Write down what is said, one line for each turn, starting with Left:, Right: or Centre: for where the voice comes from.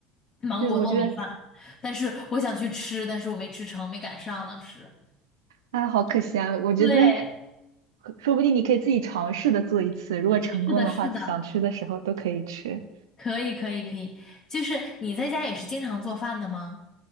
Left: 芒果糯米饭，
Right: 对，我觉得
Left: 但是我想去吃，但是我没吃成，没赶上当时。
Right: 啊，好可惜啊，我觉得。
Left: 对，
Right: 说不定你可以自己尝试的做一次，如果成功的话，
Left: 是的，是的，
Right: 想吃的时候都可以吃。
Left: 可以可以可以，就是你在家也是经常做饭的吗？